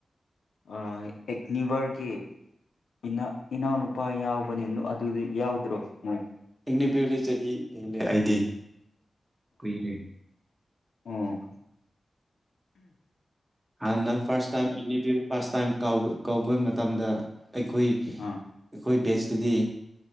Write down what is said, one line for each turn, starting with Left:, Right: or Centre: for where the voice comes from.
Left: ꯑꯦꯛꯅꯤꯕꯔꯒꯤ ꯏꯅꯥ ꯏꯅꯅꯄꯥ ꯌꯥꯎꯕꯅꯦ ꯑꯗꯨꯗꯤ ꯌꯥꯎꯗ꯭ꯔꯣ ꯎ
Right: ꯃꯅꯤꯄꯨꯔꯤ ꯆꯍꯤ ꯍꯦꯜꯂꯦ ꯑꯩꯗꯤ ꯀꯨꯏꯔꯦ
Left: ꯑꯝ
Right: ꯍꯥꯟꯅ ꯐꯔꯁ ꯇꯥꯏꯝ ꯑꯒꯅꯤꯕꯤꯔ ꯐꯥꯁꯠ ꯇꯥꯏꯝ ꯀꯧꯕ ꯃꯇꯝꯗ ꯑꯩꯈꯣꯏ
Left: ꯑꯥ
Right: ꯑꯩꯈꯣꯏ ꯕꯦꯁꯇꯗꯤ